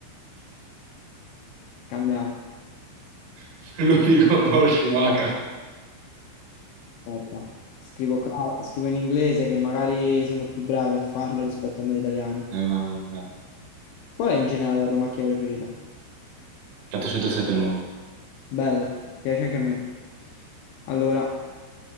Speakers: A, on the left (about 80°); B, on the right (about 70°).
A: Cambiamo.
B: <laughs> Lo dico Porsche Maca.
A: Aspetta. Scrivo, ca- scrivo in inglese che magari sono più bravi a farlo rispetto a noi italiani.
B: Vai, vai, vai. vai.
A: Qual è in generale la tua macchina preferita?
B: 407 nuova.
A: Bella, piace anche a me. Allora,